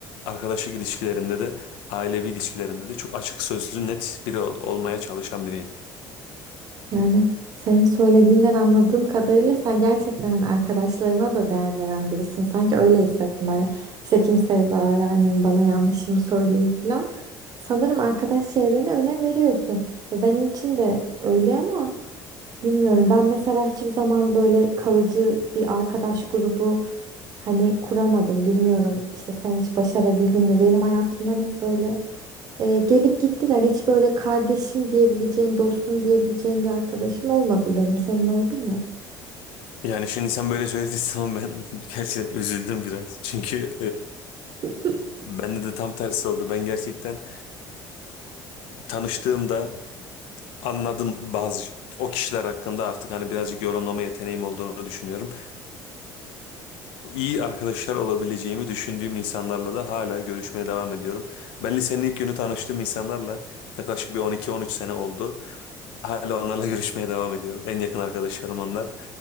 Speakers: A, on the left (about 80°); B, on the right (about 45°).
A: arkadaşlık ilişkilerimde de ailevi ilişkilerimde de çok açık sözlü net biri ol- olmaya çalışan biriyim.
B: Yani senin söylediğinden anladığım kadarıyla sen gerçekten hani arkadaşlarına da değer veren birisin. Sanki öyle hissettim. Hani işte kimseye zarar vermeyin, bana yanlışımı söyleyin falan. Sanırım arkadaş çevrene önem veriyorsun. Ve benim için de öyle ama bilmiyorum. Ben mesela hiçbir zaman böyle kalıcı bir arkadaş grubu hani kuramadım. Bilmiyorum işte sen hiç başarabildin mi? Benim hayatımdan hep böyle e, gelip gittiler. Hiç böyle kardeşim diyebileceğim, dostum diyebileceğim bir arkadaşım olmadı benim. Senin oldu mu?
A: Yani şimdi sen böyle söylediğin zaman ben <laughs> gerçekten üzüldüm biraz. Çünkü
B: <laughs>
A: e, bende de tam tersi oldu. Ben gerçekten tanıştığımda anladım bazı o kişiler hakkında artık hani birazcık yorumlama yeteneğim olduğunu düşünüyorum iyi arkadaşlar olabileceğimi düşündüğüm insanlarla da hala görüşmeye devam ediyorum. Ben lisenin ilk günü tanıştığım insanlarla yaklaşık bir 12-13 sene oldu. Hala onlarla görüşmeye devam ediyorum. En yakın arkadaşlarım onlar.